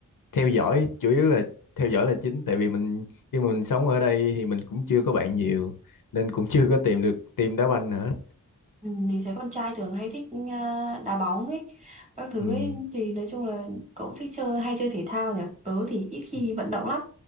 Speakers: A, on the left; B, on the right.
A: theo dõi chủ yếu là theo dõi là chính tại vì mình khi mà mình sống ở đây thì mình cũng chưa có bạn nhiều nên cũng chưa có tìm được team đá banh nữa
B: Ừ, mình thấy con trai thường hay thích ờ, đá bóng ấy, các thứ
A: ừ.
B: ấy thì nói chung là cậu thích chơi hay chơi thể thao nhỉ? Tớ thì ít khi
A: Ừ.
B: vận động lắm,